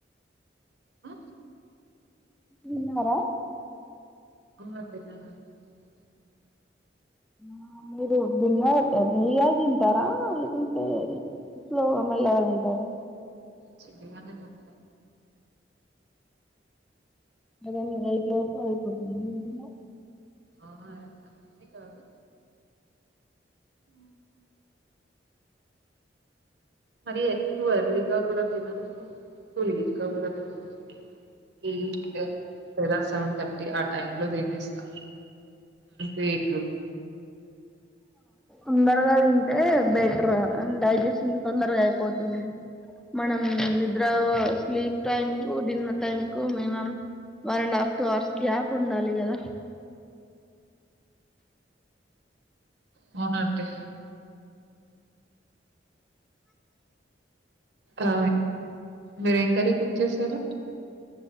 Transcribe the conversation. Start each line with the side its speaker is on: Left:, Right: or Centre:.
Right: ఆ!
Centre: విన్నారా
Right: <unintelligible>
Centre: ఆ మీరు బింగ బి గా తింటారా లేకుంటే స్లో మెల్లగా తింటారా
Right: చిన్నగానే తింటం
Centre: మదన్ ఎయిట్ క్లాకు వెళపోతుది మీదిన్న
Right: ఆ కానీ కాదు అ మరి ఎక్ టూ ఎర్లీగా కూడా తినను టూ లీట్ గా కూడా తినను ఎయిట్ లేదా సెవెన్ థర్టీ ఆ టైం లో తినేస్తా రేట్లు
Centre: తొందరగా తింటే బెటర్ అం డైజెషన్ తొందరగా అయిపోతుంది మనం నిద్ర ఓ స్లీప్ టైం కు డిన్నర్ టైమ్ కు minimum one and half two hours gap ఉండాలి గద
Right: అవున అండి ఆ మీరు ఏం కరీ కుక్ చేసారు